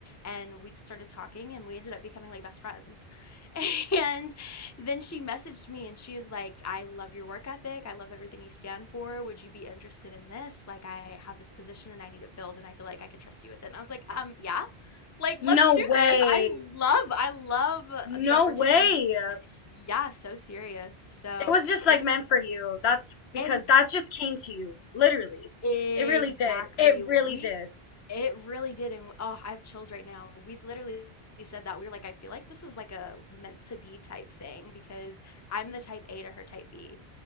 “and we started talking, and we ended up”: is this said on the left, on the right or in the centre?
Left